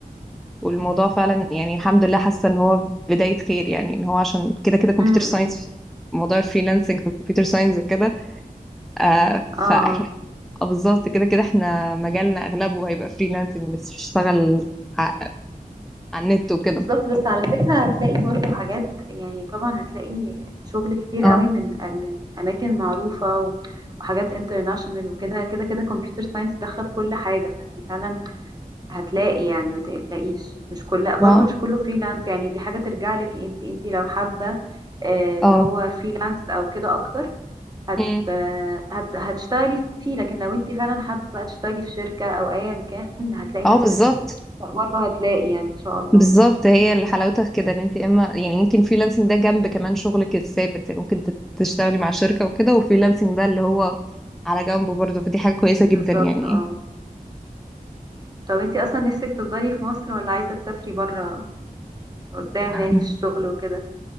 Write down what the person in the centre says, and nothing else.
والموضوع فعلا يعني الحمد لله حاسه ان هو بدايه خير يعني ان هو عشان كده كده كمبيوتر
ساينس موضوع الفريلانسنج في الكمبيوتر ساينس وكده آه فاحنا
آه، بالظبط كده كده احنا مجالنا اغلبه هيبقى فريلانسنج بس بشتغل ع- على النت وكده
اه
ما
اه
مم.
اه
بالظبط
بالظبط هي اللي حلاوتها في كده ان انت اما يعني ممكن فريلانسنج ده جنب كمان شغلك الثابت يعني ممكن تت- تشتغلي مع شركه وكده وفريلانسنج ده اللي هو على جنبه برضه فدي حاجه كويسه جدا
يعني
<laughs>